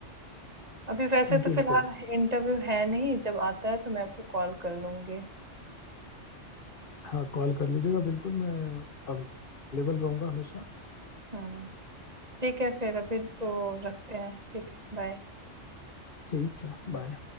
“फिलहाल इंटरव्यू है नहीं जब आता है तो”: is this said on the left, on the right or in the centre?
Right